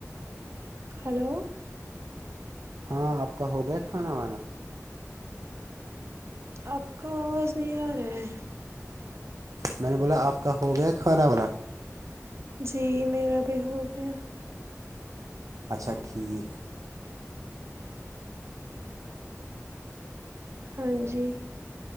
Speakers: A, on the right (about 55°); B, on the right (about 85°).
A: ہلو
B: ہاں آپ کا ہو گیا کھانا وانا
A: آپ کا آواز نہیں آ رہا ہے
B: میں نے بولا آپ کا ہو گیا کھانا با
A: جی میرا بھی ہو گیا
B: اچھا ٹھیک
A: ہاں جی